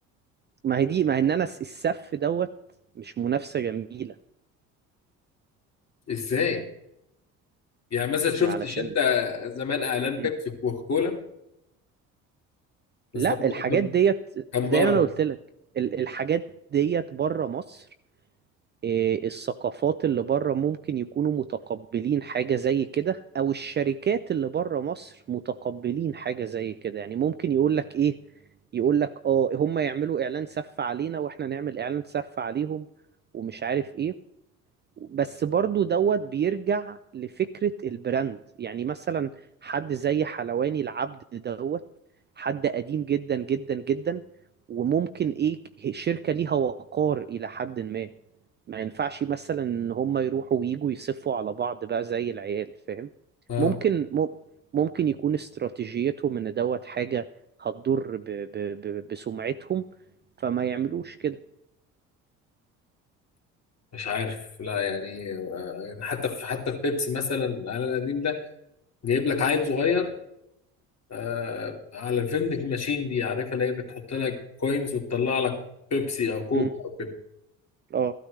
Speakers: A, on the right (about 25°); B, on the left (about 40°).
A: ما هي دي ما ان انا الس- السف دوت مش منافسه جميله
B: ازاي يعني مثلا شفتش
A: علشان
B: انت زمان اعلان بيبسي
A: مم.
B: وكوكا كولا بس
A: لا
B: ده برضه
A: الحاجات
B: كان
A: ديت
B: كان
A: زي
B: بره
A: ما انا قلت لك ال- الحاجات ديت بره مصر إيه، الثقافات اللي بره ممكن يكونوا متقبلين حاجة زي كده او الشركات اللي بره مصر متقبلين حاجة زي كده يعني ممكن يقولك ايه يقولك اه هم يعملوا اعلان سف علينا واحنا نعمل اعلان سف عليهم ومش عارف ايه بس برضو دوت بيرجع لفكرة البراند يعني مثلا حد زي حلواني العبد دوت حد قديم جدا جدا جدا وممكن ايه شركة ليها وقار إلى حد ما ما ينفعش مثلا ان هم يروحوا ويجوا يصفوا على بعض بقى زي العيال فاهم
B: اه
A: ممكن مم- ممكن يكون استراتيجيتهم ان دوت حاجة هتضر ب ب ب بسمعتهم فما يعملوش كده
B: مش عارف لا يعني آه، يعني حتى في حتى في بيبسي مثلا العلب القديم ده جايب لك عيل صغير آه، على الفندنج ماشين دي عارفها اللي هي بتحط لك كوينز وتطلع لك بيبسي او كوكا
A: مم.
B: او كده
A: اه